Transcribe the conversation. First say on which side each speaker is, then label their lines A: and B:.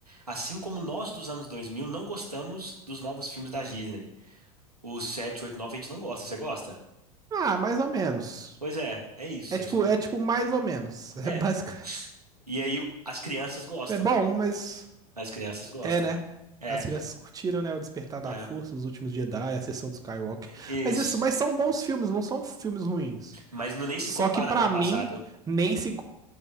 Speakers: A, on the right; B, on the right.
A: Assim como nós dos anos 2000 não gostamos dos novos filmes da Disney. Os 7 8 9 a gente não gosta. Você gosta?
B: Ah, mais ou menos.
A: Pois é, é isso.
B: É tipo,
A: A gente não...
B: é tipo mais ou menos. É
A: É.
B: basic...
A: E aí, as crianças
B: <laughs>
A: gostam.
B: tipo, É bom, mas
A: As crianças gostam.
B: É, né?
A: É,
B: As crianças curtiram, né? O Despertar da
A: é.
B: Força, Os Últimos Jedi, A sessão do Skywalker.
A: Isso.
B: Mas, isso, mas são bons filmes, não são filmes ruins.
A: Mas não nem se
B: Só
A: compara
B: que, pra
A: com o passado.
B: mim, nem se